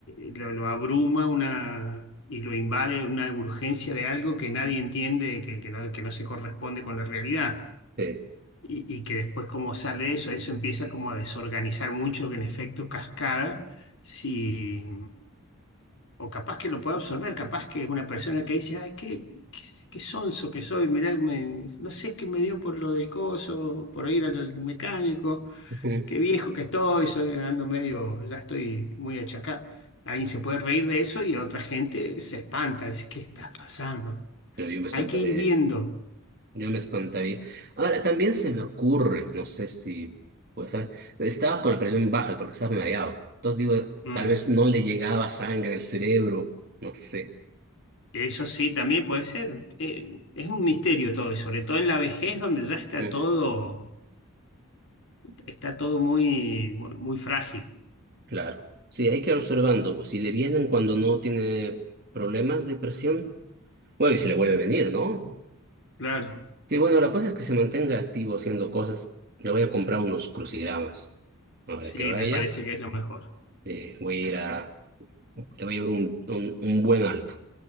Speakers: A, on the left (about 60°); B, on the right (about 45°).
A: eh, lo, lo abruma una y lo invade una urgencia de algo que nadie entiende, que, que no, que no se corresponde con la realidad
B: sí,
A: y, y que después como sale eso, eso empieza como a desorganizar mucho, que en efecto cascada, si, o capaz que lo pueda absorber, capaz que es una persona que dice, ay, qué, qué, qué sonso que soy, mirá, me- no sé qué me dio por lo del coso, por ir al al mecánico,
B: ujú,
A: qué viejo que estoy, soy, ando medio, ya estoy muy achacado. Alguien se puede reír de eso y otra gente se espanta, dice, ¿qué está pasando?
B: Pero yo me espantaría.
A: Hay que ir viendo.
B: Yo me espantaría. Ahora, también se me ocurre, no sé si, pues, ah, estaba con la presión baja porque estaba mareado. Entonces digo,
A: Mm.
B: tal vez no le llegaba sangre al cerebro, no sé.
A: Eso sí, también puede ser. Eh, es un misterio todo, y sobre todo en la vejez, donde ya está
B: Mm,
A: todo, está todo muy, muy, muy frágil.
B: claro. Sí, hay que ir observando, pues, si le vienen cuando no tiene problemas de presión, bueno, y si le vuelve a venir, ¿no?
A: Claro,
B: Sí, bueno, la cosa es que se mantenga activo haciendo cosas. Le voy a comprar unos crucigramas. Ahora
A: sí,
B: que vaya,
A: me parece que es lo mejor.
B: eh, voy a ir a, le voy a llevar un, un, un buen alto.